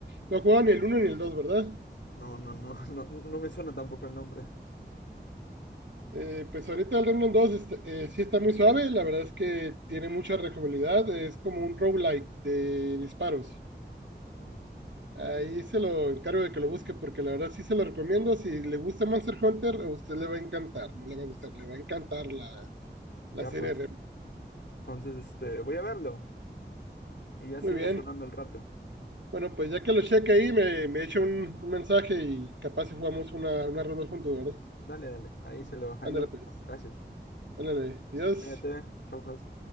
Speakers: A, on the right; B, on the left.
A: No jugaba ni el uno ni el dos ¿verdad?
B: No, no, no, <laughs> no, no me suena tampoco el nombre.
A: Eh, pues ahorita el Remnant 2 está- eh, sí está muy suave, la verdad es que tiene mucha rejugabilidad, es como un roguelike de disparos.
B: Roland.
A: Ahí
B: Mm.
A: se lo encargo de que lo busque porque la verdad sí se lo recomiendo, si le gusta Monster Hunter a usted le va a encantar, no le va a gustar, le va a encantar la,
B: Ya
A: la serie
B: pues.
A: Remnant.
B: Entonces, este, voy a verlo. Y ya seguimos
A: Muy bien,
B: hablando el rato.
A: bueno pues ya que lo cheque ahí me, me echa un, un mensaje y capaz si jugamos una, una ronda juntos, ¿verdad?
B: Dale, dale, ahí se lo, ahí
A: Ándale
B: lo busco.
A: pues,
B: Gracias.
A: ándale, adiós.
B: Cuídate, chau, Fas.